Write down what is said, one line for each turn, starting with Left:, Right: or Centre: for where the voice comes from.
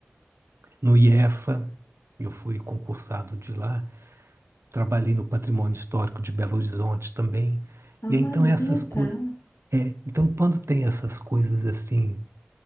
Right: No IEFA, eu fui concursado de lá, trabalhei no Patrimônio Histórico de Belo Horizonte também.
Left: Olha,
Right: E então essas
Left: que legal.
Right: coisas, é, então quando tem essas coisas assim